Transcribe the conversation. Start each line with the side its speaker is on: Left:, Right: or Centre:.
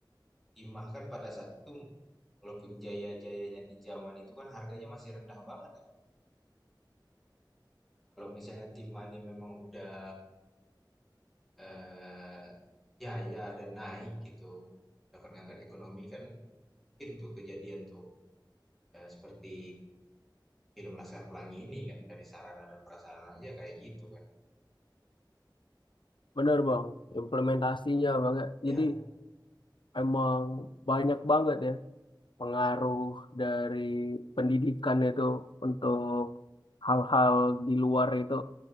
Centre: timah kan pada saat itu walaupun jaya-jayanya di zaman itu kan harganya masih rendah banget ya Bang. Kalau misalnya timah nih memang udah eh, jaya dan naik gitu dapat ngangkat ekonomi kan nggak mungkin tuh kejadian tuh Eh, seperti film Laskar Pelangi ini kan dari sarana dan prasarana aja kayak gitu kan.
Left: bener bang implementasinya banget
Centre: Iya.
Left: jadi emang banyak banget ya pengaruh dari pendidikan itu untuk hal-hal di luar itu.